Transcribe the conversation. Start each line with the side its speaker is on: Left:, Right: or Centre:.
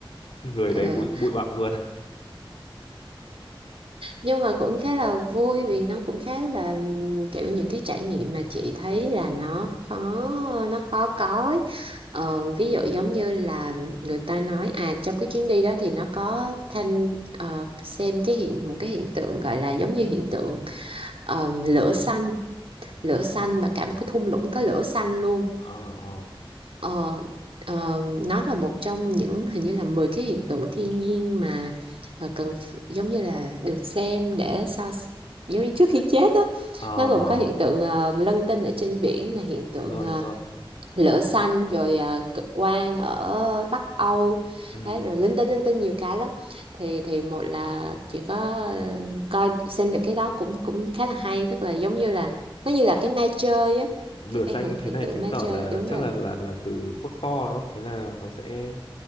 Left: người
Right: Ờ,
Left: đầy bụi bụi bặm luôn
Right: nhưng mà cũng khá là vui vì nó cũng khá là ừm, kiểu những cái trải nghiệm mà chị thấy là nó khó nó khó có ấy. ờ, ví dụ giống như là người ta nói à trong cái chuyến đi đó thì nó có thêm ờ, xem cái hiện một cái hiện tượng gọi là giống như hiện tượng ờ, lửa xanh lửa xanh mà cả một cái thung lũng có lửa xanh luôn
Left: <laughs> ờ ờ
Right: Ờ, ờ, nó là một trong những hình như là 10 cái hiện tượng thiên nhiên mà ờ, cần ph- giống như là được xem để so s- giống như trước khi chết á
Left: ờ
Right: nó gồm
Left: ờ
Right: có hiện tượng ờ, lân tinh ở trên biển là hiện tượng
Left: đúng rồi
Right: ờ,
Left: đúng rồi
Right: lửa xanh rồi ờ, cực quang ở Bắc Âu
Left: ừ
Right: Đấy, rồi linh tinh linh tinh nhiều cái lắm thì thì một là chỉ có ờ, coi xem được cái đó cũng cũng khá là hay tức là giống như là nó như là cái ma chơi á
Left: lửa
Right: cái
Left: xanh
Right: hiện
Left: thế
Right: hiện
Left: này
Right: tượng
Left: chứng
Right: ma
Left: tỏ
Right: chơi
Left: là
Right: đúng
Left: chắc
Right: rồi
Left: là là là từ phốt pho đúng không? Thế là nó sẽ